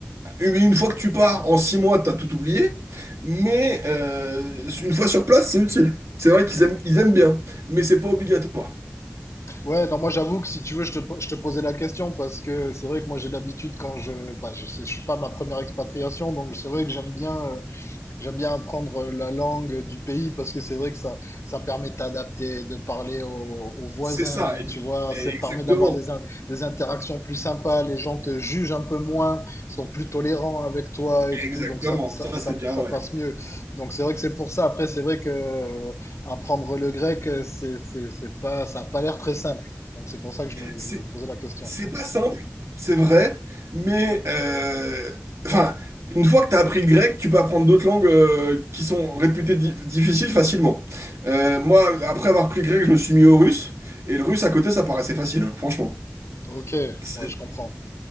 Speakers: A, on the right; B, on the left.
A: Une une fois que tu pars, en six mois, t'as tout oublié. Mais euh, une fois sur place, c'est utile. C'est vrai qu'ils aiment, ils aiment bien, mais c'est pas obligatoire.
B: Ouais, non, moi j'avoue que si tu veux, je te, po- je te posais la question parce que c'est vrai que moi j'ai l'habitude quand je, bah, je, sais- je suis pas ma première expatriation, donc c'est vrai que j'aime bien. euh, J'aime bien apprendre la langue du pays parce que c'est vrai que ça, ça permet de t'adapter, de parler aux, aux voisins,
A: C'est ça. et puis-
B: tu vois,
A: et
B: ça
A: exactement.
B: te permet d'avoir des, in- des interactions plus sympas, les gens te jugent un peu moins, sont plus tolérants avec toi et
A: Exactement.
B: tout, donc ça, ça,
A: Ça,
B: ça,
A: c'est bien
B: ça
A: vrai.
B: passe mieux. Donc c'est vrai que c'est pour ça. Après, c'est vrai que euh, apprendre le grec, euh, c'est, c'est, c'est pas, ça a pas l'air très simple. Donc c'est pour ça que je me,
A: C'est
B: je me posais la question.
A: c'est pas simple, c'est vrai, mais euh, enfin, une fois que t'as appris le grec, tu peux apprendre d'autres langues euh, qui sont réputées di- difficiles facilement. Euh, moi, après avoir pris le grec, je me suis mis au russe, et le russe à côté, ça paraissait facile, hein, franchement.
B: Ok,
A: C'est-
B: ouais, je comprends.